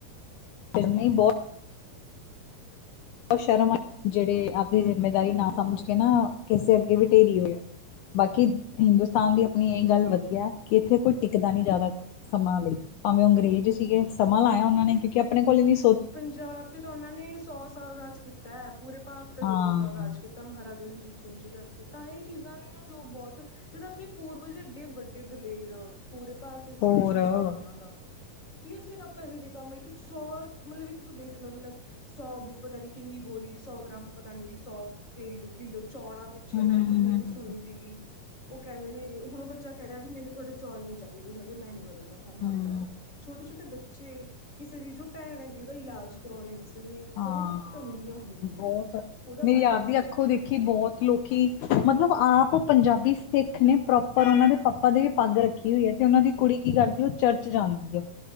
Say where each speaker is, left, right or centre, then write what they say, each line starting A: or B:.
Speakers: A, on the left; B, on the left.
A: ਫਿਰ ਨੀ ਬਹੁਤ ਬਹੁਤ ਸ਼ਰਮ ਆ ਜਿਹੜੇ ਆਪਦੀ ਜਿੰਮੇਦਾਰੀ ਨਾ
B: ਹਮ
A: ਸਮਝ ਕੇ ਨਾ ਕਿਸੇ ਅੱਗੇ ਵੀਟੇਰੀ ਹੋਏ ਆ ਬਾਕੀ ਹਿੰਦੁਸਤਾਨ ਦੀ ਆਪਣੀ ਇਹ ਗੱਲ ਵਧੀਆ ਕਿ ਇੱਥੇ ਕੋਈ ਟਿਕਦਾ ਨਹੀਂ ਜ਼ਿਆਦਾ ਸਮਾਂ ਲਈ ਭਾਵੇਂ ਉਹ ਅੰਗਰੇਜ਼ ਸੀਗੇ ਸਮਾਂ ਲਾਇਆ ਉਹਨਾਂ ਨੇ ਕਿਉਂਕਿ ਆਪਣੇ ਕੋਲ ਵੀ
B: ਪੰਜਾਬ ਤੇ ਤਾਂ ਉਹਨਾਂ ਨੇ ਸੌ ਸਾਲ ਰਾਜ ਤਾਂ ਹੈ ਪੂਰੇ ਭਾਰਤ ਤੇ
A: ਹਾਂ
B: ਦੋ ਸੌ ਸਾਲ ਰਾਜ ਕੀਤਾ ਮਹਾਰਾਜੇ ਨੇ ਜੀਤ ਸਿੰਘ ਜੀ ਕਰਕੇ ਤਾਂ ਇਹ ਚੀਜ਼ਾਂ ਨੇ ਨਾ ਜੋ ਬਹੁਤ ਜਿੱਦ ਆਪਣੇ ਪੂਰਵਜਡੇ ਵੱਡੇ ਦਲੇਰ ਪੂਰੇ ਭਾਰਤ ਹਿਸਟਰੀ
A: ਹੋਰ
B: ਚ ਨਾਮ
A: ਹਮ
B: ਹੈ ਉਹਨਾਂ ਦਾ ਯਾਰ ਫੇਰ ਆਪਾਂ ਇਹੋ ਜਿਹੇ ਕੰਮ ਇੱਕ ਸੌ ਮਤਲਬ ਇੱਕ ਤੂੰ ਦੇਖਲਾ ਮਤਲਬ ਸੌ ਬੂ ਪਤਾ ਨੀ ਕਿੰਨੀ ਬੋਰੀ ਸੌ ਗ੍ਰਾਮ ਪਤਾ ਨੀ ਸੌ ਕਿਲ ਕਿਲੋ ਚੌਲਾਂ ਪਿੱਛੇ
A: ਹਮ
B: ਮੈਂ
A: ਹਮ
B: ਇੱਕ ਨਿਊਜ਼
A: ਹਮ
B: ਸੁਣੀ ਸੀਗੀ ਉਹ ਕਹਿੰਦੇ ਨੇ ਹੁਣ ਉਹ ਬੱਚਾ ਕਹਿ ਰਿਹਾ ਵੀ ਮੈਨੂੰ ਹਾੋਡੇ ਚਲੀ ਚਾਹੀਦੇ ਹੈਗੇ ਮੈਂ ਨੀ ਬਦਲ ਧਰਮ
A: ਹਮ
B: ਆਪਦਾ
A: ਹਮ
B: ਛੋਟੇ ਛੋਟੇ ਬੱਚੇ ਕਿਸੇ ਦੀ ਜੋ ਭੈਣ ਹੈ ਰਾਜਗੁਰੂ ਨੇ ਕਿਸੇ ਨੇ
A: ਹਾਂ
B: ਬਹੁਤ ਤੰਗੀਆਂ ਹੁੰਦੀਆਂ
A: ਬਹੁਤ
B: ਨੇਂ ਉਹਦਾ
A: ਮੇਰੀ
B: ਫਾਇਦਾ
A: ਆਪਦੀ
B: ਚੱਕ
A: ਅੱਖੋਂ
B: ਲੈਂਦੇ
A: ਦੇਖੀ
B: ਨੇਂ ਇਹ।
A: ਬਹੁਤ ਲੋਕੀ ਮਤਲਬ ਆਪ ਪੰਜਾਬੀ ਸਥਿਤ ਨੇ ਪ੍ਰੋਪਰ ਉਹਨਾਂ ਦੇ ਪਾਪਾ ਦੀ ਵੀ ਪੱਗ ਰੱਖੀ ਹੋਈ ਐ ਤੇ ਉਹਨਾਂ ਦੀ ਕੁੜੀ ਕੀ ਕਰਦੀ ਉਹ ਚਰਚ ਜਾਂਦੀ ਐ।